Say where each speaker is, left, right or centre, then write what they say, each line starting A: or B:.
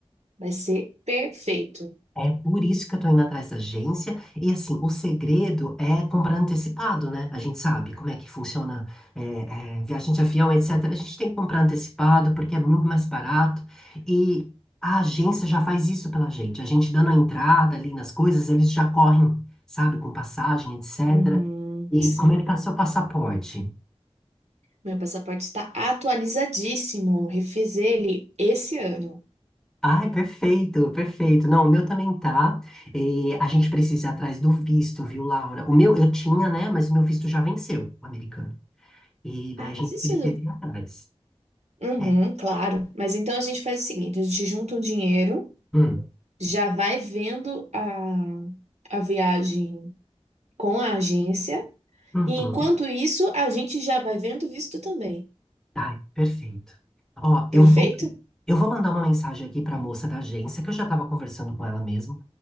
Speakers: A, on the right (about 85°); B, in the centre.
A: vai ser perfeito.
B: É por isso que eu tô indo atrás da agência. E assim, o segredo é comprar antecipado, né? A gente sabe como é que funciona é, é, viagem de avião, etc. A gente tem que comprar antecipado porque é muito mais barato. E a agência já faz isso pela gente. A gente dando a entrada ali nas coisas, eles já correm, sabe, com passagem, etc.
A: Uhum,
B: E
A: sim.
B: como é que tá seu passaporte?
A: Meu passaporte está atualizadíssimo. Refiz ele esse ano.
B: Ai, perfeito, perfeito. Não, o meu também tá. Eh, a gente precisa ir atrás do visto, viu, Laura? O meu eu tinha, né? Mas o meu visto já venceu, o americano. E daí
A: Ah,
B: a
A: mas
B: gente
A: isso.
B: precisa ir atrás.
A: Uhum,
B: É.
A: claro. Mas então a gente faz o seguinte: a gente junta um dinheiro,
B: Hum,
A: já vai vendo a, a viagem com a agência.
B: uhum.
A: E enquanto isso, a gente já vai vendo visto também.
B: Ai, perfeito. Ó, eu
A: Perfeito?
B: vou, eu vou mandar uma mensagem aqui para a moça da agência, que eu já estava conversando com ela mesmo.